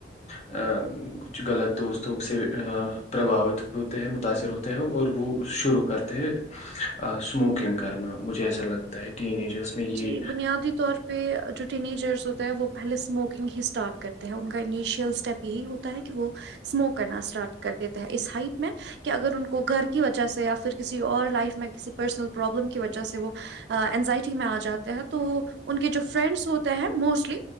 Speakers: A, on the left; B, on the right.
A: ا کچھ غلط دوستوں سے پربھاوت ہوتے ہیں متاثر ہوتے ہیں اور وہ شروع کرتے ہیں اسموکنگ کرنا مجھے ایسا لگتا ہے ٹین ایجس میں یہ
B: جی بنیادی طور پہ جو ٹین ایجرس ہوتے ہیں وہ پہلے اسموکنگ ہی اسٹارٹ کرتے ہیں ان کا انیشیل اسٹیپ یہی ہوتا ہے کہ وہ اسموک کرنا اسٹارٹ کر دیتے ہیں اس ہائٹ میں کہ اگر ان کو گھر کی وجہ سے یا پھر کسی اور لائف میں کسی پرسنل پرابلم کی وجہ سے وہ اینزائٹی میں آ جاتے ہیں تو ان کے جو فرینڈس ہوتے ہیں موسٹلی